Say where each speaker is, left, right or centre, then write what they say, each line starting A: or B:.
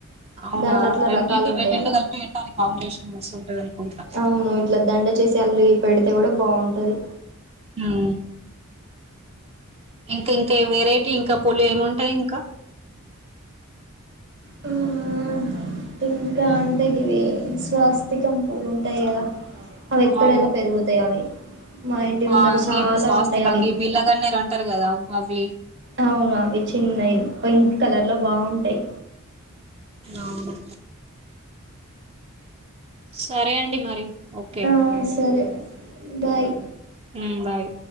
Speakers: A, on the right; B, on the right.
A: అవునా
B: దాంట్లో అట్లా
A: రెండిటి
B: రకాలు ఉంటాయట
A: రెండు కలిపి పెట్టాలి కాంబినేషన్ మస్తుంటది అనుకుంటా
B: అవును ఇట్లా దండ చేసి అల్లి పెడితే కూడా బాగుంటది
A: హ్మ్ ఇంక ఇంక వెరైటీ ఇంకా పూలు ఏమింటాయి ఇంకా
B: హ్మ్ ఇంకా అంటా ఇ ఇవి స్వాస్తికం పూలు ఉంటాయి కదా అవి ఎక్కడైనా
A: అవును
B: పెరుగుతాయి అవి మా ఇంటి ముందర
A: ఆ
B: చాలా
A: ఈ స్వాస్తికంగ
B: ఉంటాయి అవి
A: ఈ బిల్లగాన్నరు అంటారు కదా అవి
B: అవును అవి చిన్నయి పింక్ కలర్
A: హ్మ్.
B: లో బాగుంటాయి
A: అవును సరే అండి మరి ఓకే
B: ఆ సరే బాయ్
A: ఉ బాయ్